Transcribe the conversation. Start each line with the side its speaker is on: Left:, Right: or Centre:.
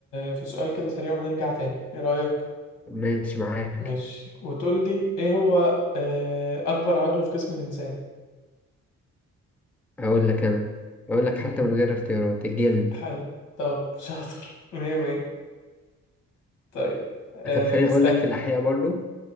Left: في سؤال كده سريع ونرجع تاني ايه رأيك
Centre: ماشي معاك
Left: ماشي وتقول لي ايه هو آه، اكبر عضو في جسم الانسان
Centre: أقول لك أنا أقول لك حتى
Left: مم.
Centre: من غير اختيارات الجلد
Left: حلو طب <laughs> شاطر مية مية طيب آه،
Centre: طب خليني
Left: اسألني
Centre: أقول لك في الأحياء برضه